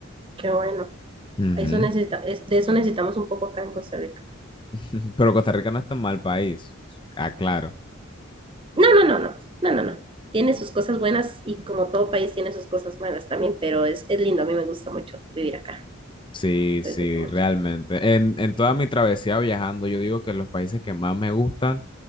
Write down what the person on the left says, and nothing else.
Ujú.
<laughs> Pero Costa Rica no es tan mal país, aclaro.
Sí,
sí,
realmente. En, en toda mi travesía viajando, yo digo que los países que más me gustan